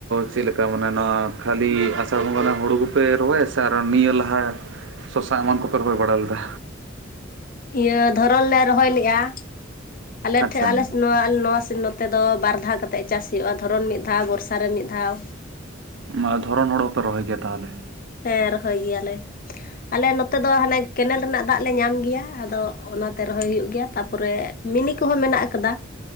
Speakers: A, on the right; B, on the left.
A: ᱪᱮᱫ ᱞᱮᱠᱟ ᱢᱟᱱᱮ ᱱᱚᱣᱟ ᱠᱷᱟᱹᱞᱤ ᱟᱥᱟᱲ ᱵᱚᱸᱜᱟ ᱨᱮ ᱦᱩᱲᱩ ᱠᱚ ᱯᱮ ᱨᱚᱦᱚᱭᱟ ᱥᱮ, ᱟᱨ ᱱᱤᱭᱟᱹ ᱞᱟᱦᱟ ᱥᱚᱥᱟ ᱮᱢᱟᱱ ᱠᱚᱯᱮ ᱨᱚᱦᱚᱭ ᱵᱟᱲᱟ ᱞᱮᱫᱟ?
B: ᱤᱭᱟᱹ ᱫᱷᱚᱨᱚᱱ ᱞᱮ ᱨᱚᱦᱚᱭ ᱞᱮᱫ-ᱟ᱾ ᱟᱞᱮ
A: ᱟᱪᱪᱷᱟ
B: ᱴᱷᱮᱡ ᱟᱞᱮ ᱱᱚᱣᱟ ᱱᱚᱣᱟ ᱱᱚ ᱛᱮ ᱫᱚ ᱵᱟᱨ ᱫᱷᱟᱣ ᱠᱟᱛᱮᱫ ᱪᱟᱥ ᱦᱩᱭᱩᱜ-ᱟ, ᱫᱷᱚᱨᱚᱱ ᱢᱤᱫ ᱰᱷᱟᱣ ᱵᱚᱨᱥᱟ ᱨᱮ ᱢᱤᱫ ᱫᱷᱟᱣ᱾
A: ᱢᱟᱜ ᱫᱷᱚᱨᱚᱱ ᱦᱚᱲ ᱦᱚᱸᱯᱮ ᱨᱚᱦᱚᱭ ᱜᱮᱭᱟ ᱛᱟᱦᱚᱞᱮ?
B: ᱦᱮᱸᱻ ᱨᱚᱦᱚᱭ ᱜᱮᱭᱟᱞᱮ᱾ ᱟᱞᱮ ᱱᱚᱛᱮ ᱫᱚ ᱦᱟᱱᱮ ᱠᱮᱱᱮᱞ ᱨᱮᱱᱟᱜ ᱫᱟᱜ ᱞᱮ ᱧᱟᱢ ᱜᱮᱭᱟ, ᱟᱫᱚ ᱚᱱᱟᱛᱮ ᱨᱚᱦᱚᱭ ᱦᱩᱭᱩᱜ ᱜᱮᱭᱟ ᱛᱟᱯᱚᱨᱮ ᱢᱤᱱᱤ ᱠᱚᱦᱚᱸ ᱢᱮᱱᱟᱜ ᱟᱠᱟᱫᱟ᱾